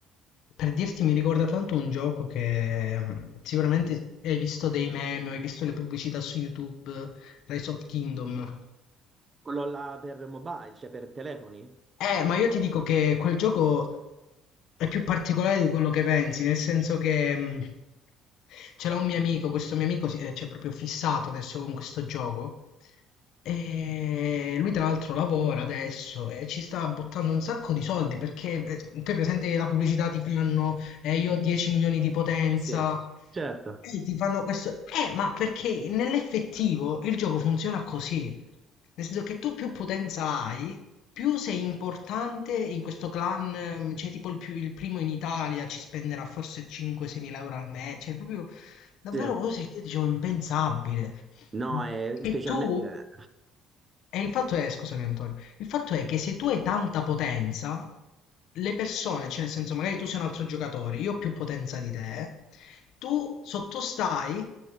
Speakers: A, on the left; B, on the right.
A: per dirti mi ricorda tanto un gioco che mm, sicuramente hai visto dei meme, hai visto le pubblicità su YouTube, Rise of Kingdom.
B: Quello là per mobile, cioè per telefoni?
A: Eh, ma io ti dico che quel gioco è più particolare di quello che pensi, nel senso che mh, ce l'ha un mio amico, questo mio amico si- eh, c'è proprio fissato adesso con questo gioco. E lui tra l'altro lavora adesso e ci sta buttando un sacco di soldi perché eh, te presente che la pubblicità ti fanno eh, io ho 10 milioni di potenza
B: Sì, sì, certo,
A: e ti fanno questo eh ma perché nell'effettivo il gioco funziona così nel senso che tu più potenza hai più sei importante in questo clan, ehm, cioè tipo il, più- il primo in Italia ci spenderà forse 5-6 mila euro al mese, cioè proprio davvero
B: sì.
A: cose che io dicevo impensabile.
B: No, è specialmente...
A: E tu? E il fatto è, scusami Antonio, il fatto è che se tu hai tanta potenza, le persone, cioè nel senso magari tu sei un altro giocatore, io ho più potenza di te, tu sottostai